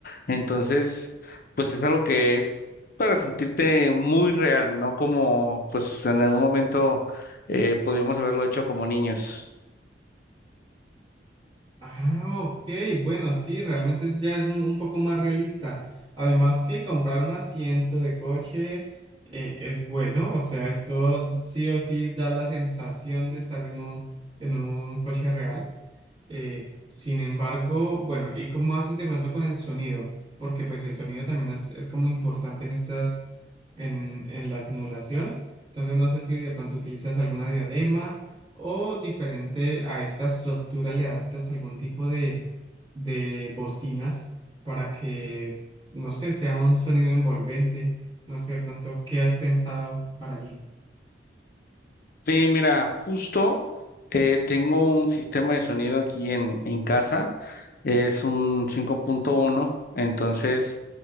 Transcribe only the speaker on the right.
Ah, ok, bueno, sí, realmente es- ya es un un poco más realista. Además que comprar un asiento de coche eh, es bueno, o sea, esto sí o sí da la sensación de estar en un, en un coche real. Eh, sin embargo, bueno, ¿y cómo haces de pronto con el sonido? Porque pues el sonido también es, es como importante en estas, en, en la simulación. Entonces no sé si de pronto utilizas alguna diadema o diferente a esa estructura le adaptas algún tipo de, de bocinas para que, no sé, sea un sonido envolvente. No sé de pronto qué has pensado para allí.